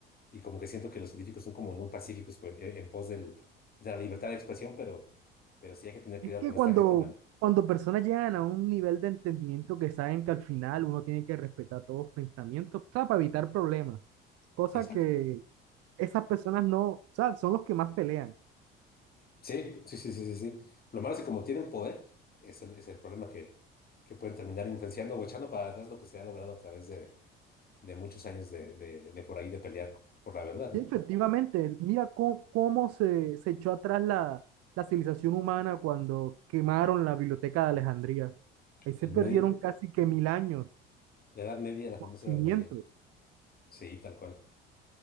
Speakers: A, on the left (about 30°); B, on the right (about 55°).
A: y como que siento que los científicos son como muy pacíficos pues, en, en pos del, de la libertad de expresión, pero, pero sí hay que tener cuidado
B: Es que
A: con
B: cuando,
A: esta gente, mano.
B: cuando personas llegan a un nivel de entendimiento que saben que al final uno tiene que respetar todos los pensamientos, o sea, para evitar problemas, cosa
A: Exacto.
B: que esas personas no, o sea, son los que más pelean.
A: Sí, sí, sí, sí, sí, sí. Lo malo es que como tienen poder, es el, es el problema que, que pueden terminar influenciando o echando para atrás lo que se ha logrado a través de, de muchos años de, de, de por ahí de pelear por la verdad,
B: Y
A: ¿no?
B: efectivamente, mira cómo, cómo se, se echó atrás la, la civilización humana cuando quemaron la biblioteca de Alejandría. Ahí se
A: El
B: perdieron
A: medio-
B: casi que mil años,
A: la Edad Media, la famosa
B: cimientos.
A: Edad Media. Sí, tal cual.